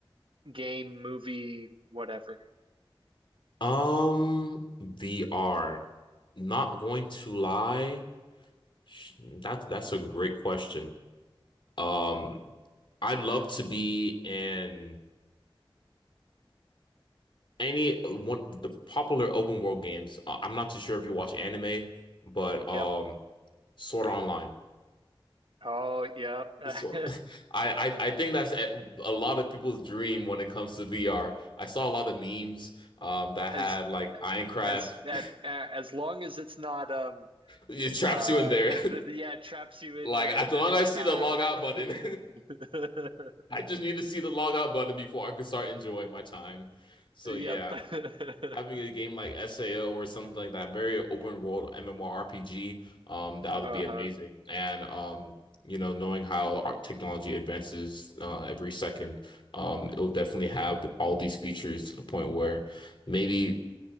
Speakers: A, on the right; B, on the left.
A: game, movie, whatever?
B: Um, VR. Not going to lie. Sh- That that's a great question. Um, I'd love to be in any one of the popular open world games. Uh, I'm not too sure if you watch anime, but um,
A: Yep.
B: Sword Art Online.
A: Oh, yep. <laughs>
B: Sword. <laughs> I, I I think that's a a lot of people's dream when it comes to VR. I saw a lot of memes um that had
A: As
B: like Iron Crab.
A: as that
B: <laughs>
A: as long as it's not um
B: It traps
A: uh
B: you in there.
A: it, yeah, it traps you in
B: Like
A: there
B: as
A: and
B: long
A: you're gonna
B: as I
A: die.
B: see the log out
A: <laughs>
B: button, <laughs> I just need to see the log out button before I can start enjoying my time. So
A: Yep.
B: yeah,
A: <laughs>
B: having a game like SAO or something like that, very open world MMORPG, um, that would
A: Uh-huh.
B: be amazing. And um, you know, knowing how our technology advances uh, every second, um, it'll definitely have all these features to the point where maybe